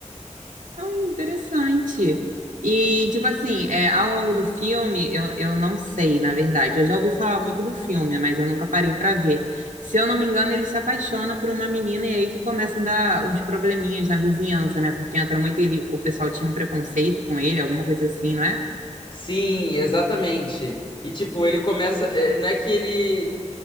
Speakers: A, on the right; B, on the left.
A: Ai, interessante. E, tipo assim, é, ao longo do filme, eu, eu não sei, na verdade. Eu já ouvi falar muito do filme, mas eu nunca parei para ver. Se eu não me engano, ele se apaixona por uma menina e aí que começa a dar uns probleminhas na vizinhança, né? Porque entra muito ele, o pessoal tinha um preconceito com ele, alguma coisa assim, não é?
B: Sim, exatamente. E tipo, ele começa. é, não é que ele